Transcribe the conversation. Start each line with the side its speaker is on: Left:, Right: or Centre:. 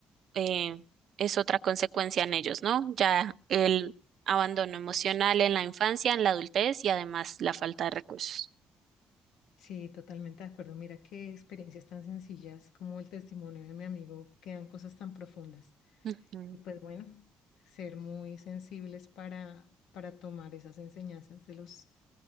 Right: eh, es otra consecuencia en ellos, ¿no? Ya el abandono emocional en la infancia, en la adultez y además la falta de recursos.
Left: Sí, totalmente de acuerdo. Mira qué experiencias tan sencillas como el testimonio de mi amigo quedan cosas tan profundas.
Right: Ujú.
Left: Y pues bueno, ser muy sensibles para, para tomar esas enseñanzas de los,